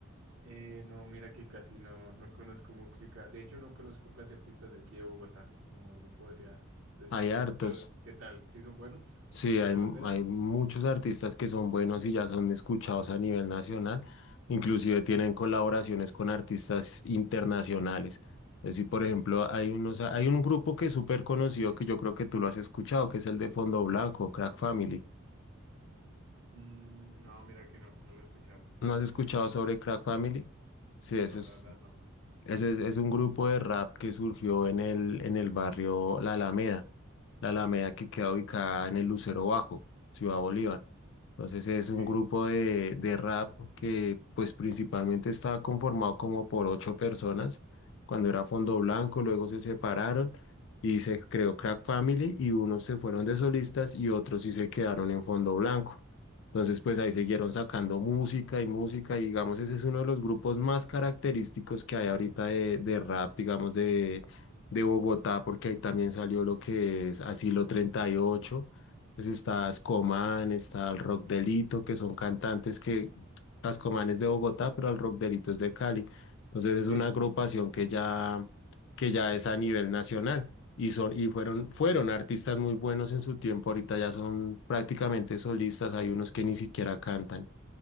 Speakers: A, on the right; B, on the left.
A: Eh, no, mira que casi no, no conozco música. De hecho, no conozco casi artistas de aquí de Bogotá. No, no podría decirte.
B: Hay hartos.
A: Pero, ¿qué tal? ¿Sí son buenos?
B: Sí,
A: ¿Vale
B: hay, m-
A: la pena?
B: hay muchos artistas que son buenos y ya son escuchados a nivel nacional, inclusive tienen colaboraciones con artistas internacionales. Es decir, por ejemplo, hay unos, hay un grupo que es súper conocido que yo creo que tú lo has escuchado, que es el de Fondo Blanco, Crack Family.
A: Mm, no, mira que no, no lo he escuchado.
B: ¿No has escuchado
A: Sí.
B: sobre Crack Family? Sí, eso
A: No,
B: es.
A: la verdad no.
B: Ese es, es un grupo de rap que surgió en el, en el barrio La Alameda, La Alameda que queda ubicada en el Lucero Bajo, Ciudad Bolívar. Entonces es
A: Ok.
B: un grupo de, de rap que pues principalmente estaba conformado como por ocho personas. Cuando era Fondo Blanco, luego se separaron y se creó Crack Family y unos se fueron de solistas y otros sí se quedaron en Fondo Blanco. Entonces, pues ahí siguieron sacando música y música, y digamos, ese es uno de los grupos más característicos que hay ahorita de, de rap, digamos, de, de Bogotá, porque ahí también salió lo que es Asilo 38, pues está
A: Ujú.
B: Ascomán, está el Rock Delito, que son cantantes que Ascomán es de Bogotá, pero el Rock Delito es de Cali. Entonces es
A: Sí.
B: una agrupación que ya, que ya es a nivel nacional. Y, son, y
A: Ujú.
B: fueron, fueron artistas muy buenos en su tiempo, ahorita ya son prácticamente solistas, hay unos que ni siquiera cantan,